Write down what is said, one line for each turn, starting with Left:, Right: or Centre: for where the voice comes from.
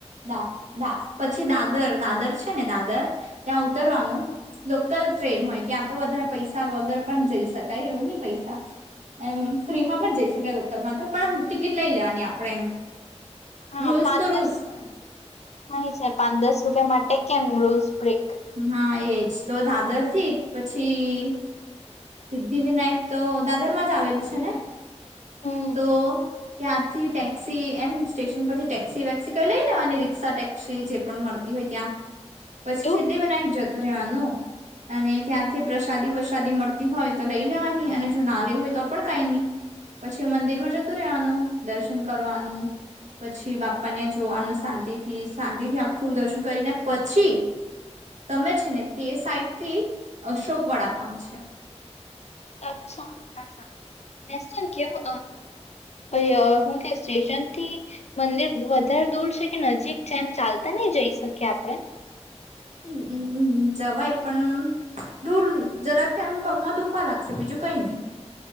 Right: ાા પછી દાદર દાદર છે ને દાદર ત્યાં ઉતરવાનું. લોકલ ટ્રેન હોય ત્યાં તો વધારે પૈસા વગર પણ જઈ શકાય એવું નહી પૈસા. એમ ફ્રીમાં પણ જઈ શકેાય લોકલમાં તો પણ ટિકિટ લઈ લેવાની આપણેે એમ.
Left: હા
Right: રૂલ્સ
Left: પાંચ
Right: તો રોૂલ્સ
Left: દસ
Right: હોય.
Left: હા એ છે પાંચ દસ રૂપિયા માટે કેમ રોલ્ સ્પ્રે.
Right: હા એજ તો દાદર થી પછી. સિદ્ધિ વિનાયક તો દાદર માં જ આવેલું છે ને
Left: હમ
Right: તો. ત્યાંથી ટેક્સી એમ સ્ટેશન પરથી ટેક્સી વેક્સી કઈ લઈનેેવાની રિક્ષા ટેક્સી જે પણ મળતી હો. ય ત્યાં. પછી
Left: દૂર
Right: સિદ્ધિ વિિનાયક જતું રહેવાનું અને ત્યાંથી પ્રસાદી વસાદી મળત. હોય તો લઈ લેવાની અને જો ના લે હોય તો પણ કઈ નઈ. પછી મંદિર માં જતું રહેવાનું દર્શન કરવાનું પછી બાપાને જોવાનું શાંતિ થી, શાંતિ થી આખું દર્શન કરીને પછી તમે છે ને, તે સાઈટ થી અશોક વડા પાંઉ છે.
Left: અચ્છા! વેસ્ટર્ન ક્યો, અ હું કે સ્ટેશન અન થી મંદિર વધારે દૂર છે કે નજીક છે એમ ચાલતા નઈ જઈ શકીએ આપણે? <inaudible>
Right: ઉં હમમમ જવાય પણ દૂર, જરાક એમ પગમાં દુખવા લાગશે, બીજું કંઈ ની